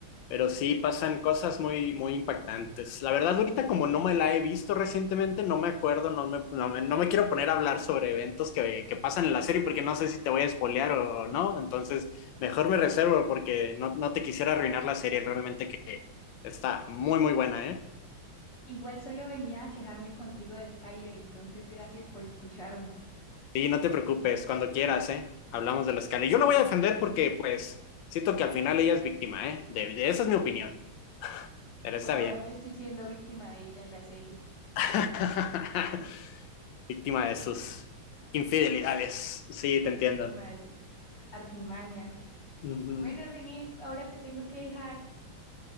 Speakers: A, on the left (about 75°); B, on the left (about 55°).
A: pero sí pasan cosas muy, muy impactantes. La verdad, ahorita como no me la he visto recientemente, no me acuerdo, no me, no me, no me quiero poner a hablar sobre eventos que, que pasan en la serie porque no sé si te voy a spoilear o, o no. Entonces, mejor me reservo porque no, no te quisiera arruinar la serie, realmente que está muy, muy buena, ¿eh?
B: Igual solo venía a quejarme contigo de Skyler, entonces gracias por escucharme.
A: Sí, no te preocupes, cuando quieras, ¿eh? Hablamos de la escala. Y Yo la voy a defender porque, pues, siento que al final ella es víctima, ¿eh? De, de- esa es mi opinión, pero
B: Por
A: está
B: ahora
A: bien.
B: yo estoy siendo víctima de ella en la serie,
A: <laughs> Víctima de sus infidelidades. Sí, te entiendo.
B: víctima de sus artimañas.
A: Ujú.
B: Bueno, René, ahora te tengo que dejar.